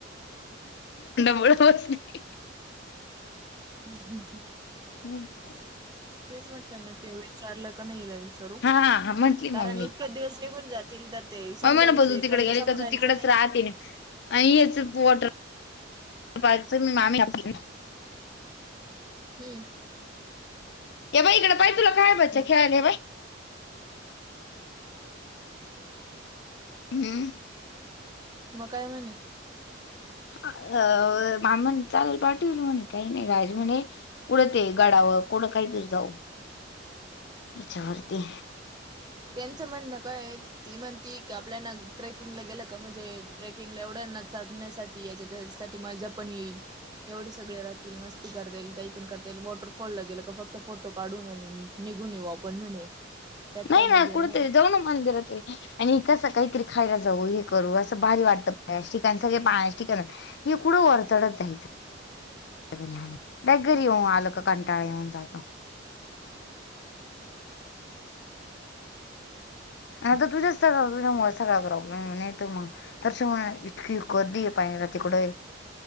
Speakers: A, on the left (about 60°); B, on the right (about 20°).
A: पुढ बसली.
B: <unintelligible>
A: हम्म.
B: तेच म्हटलं ना क विचारलं का नाही विचार करू
A: हा म्हंटली मम्मी
B: कारण इतके दिवस निघून जातील तर ते
A: मम्मी
B: समजाचे
A: म्हणलं तू तिकडे
B: पण
A: गेली
B: समजायचं
A: का तू तिकडेच
B: नाही‌.
A: राहते आणि याच वॉटर पार्क मी मामी <unintelligible>
B: हम्म.
A: हे पाय ईकड पाय तुला काय बच्चा
B: मग
A: खेळायला हे पाय
B: हो <unintelligible>
A: हम्म.
B: मग काय म्हणे?
A: अ.. मामा चालेल पाठवल म्हणे, काही नाही राज म्हणे.. कुठं ते गडावर कुठ, काहीतरी जाऊ विचारते.
B: तेचं म्हणणं काय येत. ती म्हणती का, आपल्याला ट्रेकिंगला गेलं का, म्हणजे ट्रेकिंगला एवढं ना चढण्यासाठी. या येज्या तेज्यासाठी मजा पण येईल. एवढे सगळे राहतील मस्ती करता येईल काही पण करता येईल. वॉटरफॉल ला गेलं का फक्त फोटो काढून आण. निघून येऊ आपण म्हणे. त्यात
A: नाही
B: काय
A: ना,
B: मजा
A: कुटतरी
B: येणार आहे
A: जाऊन मंदिरात वगैरे, आणि कसं काहीतरी खायला जाऊ हे, करू असं भारी वाटतं ठिकाण सगळे पाण्या ठिकाण. हे कुठ वर चढत जायचं. डायरेक्ट घरी येऊन आलं, का कंटाळा येऊन जातो. आता तुझाच सगळ <unintelligible> सगळा प्रॉब्लेम नाही मग, <unintelligible> इतकी गर्दी आहे पाहियाला तिकडं.